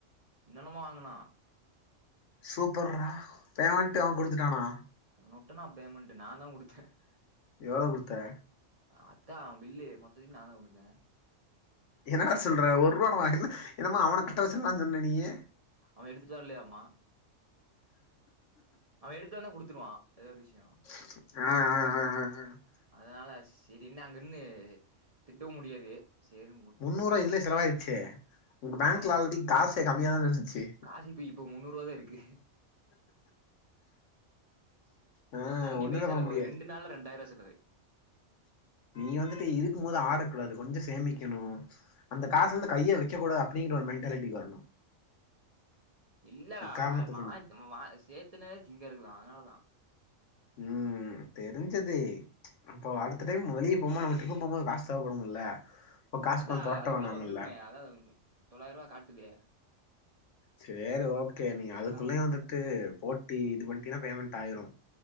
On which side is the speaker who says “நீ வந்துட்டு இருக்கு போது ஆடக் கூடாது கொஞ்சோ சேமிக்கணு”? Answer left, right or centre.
Left